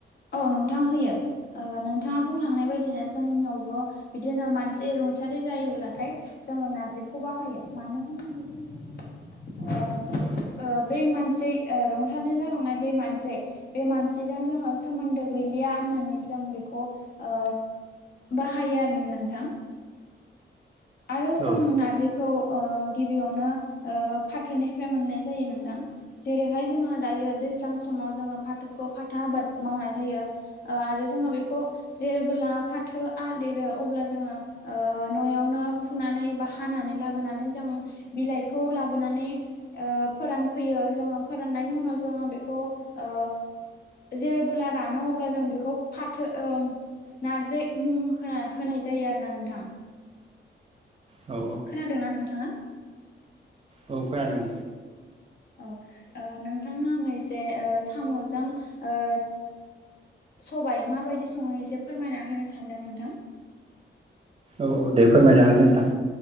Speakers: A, on the left (about 55°); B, on the right (about 30°).
A: औ, नोंथां होयो। ओ नोंथाङा बुंलांनाय बायदिनो जोंनियावबो बिदिनो मानसि रुंसारि जायोब्लाथाय जोङो नारजिखौ बाहायो। मानो होननानै बुङोब्ला जोंहा ओ
B: औ
A: ओ बै <unintelligible> ओ रंसारि जालांनाय बै मानसै, मानसै जों जोङो सोमोन्दो गैलिया होननानै जों बेखौ ओ बाहायो आरो ना नोंथां। आरो जों
B: औ
A: नारजिखौ ओ गिबियावनो ओ फाथोनि मोननाय जायो नोंथां। जेरैहाय जोङो दायो दैज्लां समाव जोंङो फाथोखौ फाथो आबाद मावनाय जायो। ओ आरो जोंङो बेखौ जेबोला <unintelligible> फाथोआ देरो, अब्ला जोङो ओ न'आवनो फुनानै बा हानानै लाबोनानै जों बिलाइखौ लाबोनानै ओ फोरानफैयो। ओ, जोङो फोराननायनि उनाव जोङो बेखौ ओ जेबोब्ला रानो अब्ला जों बेखौ फाथो ओ नारजि मुं होना -होनाय जायो आरोना नोंथां।
B: औ
A: खोनादोंना नोंथाङा?
B: औ खोनादों।
A: औ -ओ, नोंथांनो आङो एसे ओ साम'जों ओ सबाय माबायदि सङो एसे फोरमायना होनो सानदों नोंथां।
B: औ -औ, दे फोरमाय जागोन दे नोंथां।